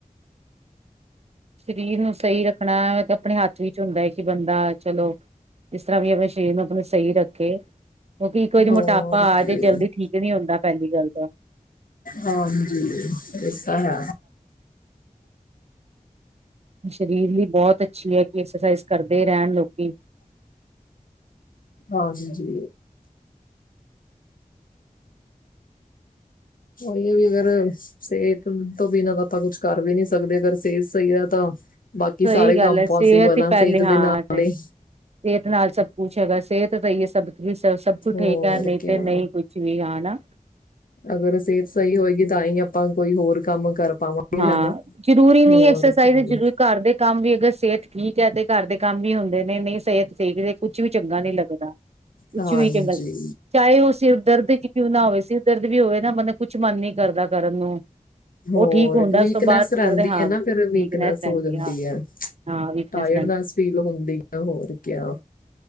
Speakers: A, on the right (about 45°); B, on the left (about 75°).
A: ਸਰੀਰ ਨੂੰ ਸਹੀ ਰੱਖਣਾ ਮਤਲਬ ਆਪਣੇ ਹੱਥ ਵਿੱਚ ਹੁੰਦਾ ਹੈ, ਕਿ ਬੰਦਾ ਚਲੋ ਜਿਸ ਤਰ੍ਹਾਂ ਵੀ ਆਪਣੇ ਸਰੀਰ ਨੂੰ, ਆਪ, ਨੂੰ ਸਹੀ ਰੱਖੇ। ਕਿਉਂਕਿ ਇੱਕ ਵਾਰੀ
B: ਹੋਰ
A: ਮੋਟਾਪਾ ਆ
B: ਕੀ
A: ਜੇ ਜਲਦੀ ਠੀਕ ਨੀ ਹੁੰਦਾ ਪਹਿਲੀ ਗੱਲ। ਅੱਛਾ।
B: ਹਾਂਜੀ, ਇਹ ਤਾਂ ਹੈ।
A: ਸਰੀਰ ਵੀ ਇੱਕ ਬਹੁਤ ਅੱਛੀ ਹੈ, ਕਿ ਐਕਸਰਸਾਈਜ਼ ਕਰਦੇ ਰਹਿਣ ਲੋਕੀ।
B: ਹਾਂਜੀ। ਉਹੀ ਹੈ ਵੀ ਅਗਰ ਸਿਹਤ ਤੋਂ ਬਿਨਾਂ ਤਾਂ ਆਪਾਂ ਕੁੱਛ ਕਰ ਵੀ ਨਹੀਂ ਸਕਦੇ, ਅਗਰ ਸਿਹਤ ਸਹੀ ਹੈ, ਤਾਂ ਬਾਕੀ
A: ਸਹੀ
B: ਸਾਰੇ
A: ਗੱਲ
B: ਕੰਮ
A: ਹੈ,
B: ਪੋਸੀਬਲ
A: ਸਿਹਤ ਹੀ
B: ਆ
A: ਪਹਿਲੇ,
B: ਸਿਹਤ
A: ਹਾਂ
B: ਦੇ ਨਾਲ ਹੀ
A: ਸਿਹਤ ਨਾਲ ਸਭ ਕੁੱਛ। ਚੰਗਾਂ, ਸਿਹਤ ਤਾਂ ਹੀ ਹੈ ਸਭ। ਵੀ ਸ ਸਭ ਕੁਛ
B: ਹੋਰ
A: ਠੀਕ ਹੈ, ਨਹੀਂ
B: ਕਿਆ
A: ਤੇ ਨਹੀਂ ਕੁੱਛ ਵੀ ਹਾਂ, ਨਾਂ।
B: ਅਗਰ ਸਿਹਤ ਸਹੀ ਹੋਏਗੀ ਤਾਂ ਹੀ ਆਪਾਂ ਕੋਈ ਹੋਰ ਕੰਮ ਕਰ ਪਾਵਾਂਗੇ।
A: ਹਾਂ
B: ਹੈਨਾ,
A: ਜ਼ਰੂਰੀ ਨਹੀਂ
B: ਹੋਰ
A: ਐਕਸਰਸਾਈਜ਼
B: ਕੀ।
A: ਜ਼ਰੂਰੀ ਘਰ ਦੇ ਕੰਮ ਵੀ ਅਗਰ ਸਿਹਤ ਠੀਕ ਹੈ ਤੇ ਘਰ ਦੇ ਕੰਮ ਵੀ ਹੁੰਦੇ ਨੇ ਨਹੀਂ ਸਿਹਤ ਠੀਕ ਕੁਛ ਵੀ ਚੰਗਾ ਨਹੀਂ ਲੱਗਦਾ, ਕੁਛ
B: ਹਾਂਜੀ
A: ਵੀ ਚੰਗਾ। ਚਾਹੇ ਉਹ ਸਿਰ ਦਰਦ ਚ ਕਿਉਂ ਨਾ ਹੋਵੇ ਸ ਦਰਦ ਜਦੋ ਵੀ ਹੋਵੇ ਨਾ ਬੰਦਾ ਕੁਛ ਮਨ ਨੀ ਕਰਦਾ। ਕਰਨ ਨੂੰ
B: ਹੋਰ
A: ਉਹ ਠੀਕ ਹੁੰਦਾ
B: ਵੀਕਨੈਸ
A: ਉਸ ਤੋਂ ਬਾਅਦ
B: ਰਹਿੰਦੀ
A: ਲੱਗਦਾ ਹਾਂ
B: ਹੈ ਨਾ ਫੇਰ ਵੀਕਨੈਸ।
A: ਰਹਿੰਦੀ
B: ਹੋ ਜਾਂਦੀ
A: ਹਾਂ
B: ਹੈ।
A: ਹਾਂ ਵੀਕਨੈਸ
B: ਟਾਇਰਡਨੈਸ
A: ਰਹਿੰਦੀ
B: ਫੀਲ ਹੁੰਦੀ ਆ ਹੋਰ ਕਿਆ।